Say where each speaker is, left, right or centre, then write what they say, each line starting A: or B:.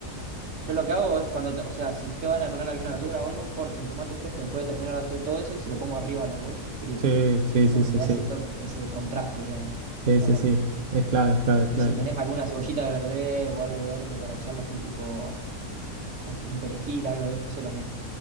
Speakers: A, on the right (about 60°); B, on the right (about 45°).
A: Yo lo que hago es cuando, te- o sea, si te van a poner alguna verdura o algo, corto un tomate fresco después de terminar de hacer todo eso y se lo pongo arriba al arroz frío.
B: Sí, sí,
A: Como
B: sí, sí,
A: que le
B: sí.
A: da ese toque, ese contraste, digamos.
B: Sí,
A: Está
B: sí,
A: bueno.
B: sí. Es clave, es clave, es clave.
A: Y si tenés alguna cebollita de verde o algo verde para echarle así, tipo, ¿cómo se- Un perejil, algo de eso también.